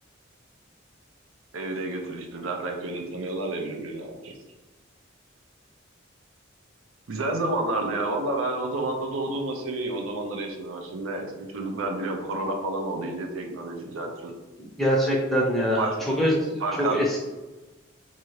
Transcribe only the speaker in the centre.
gerçekten ya.
Çok öz,
çok eski.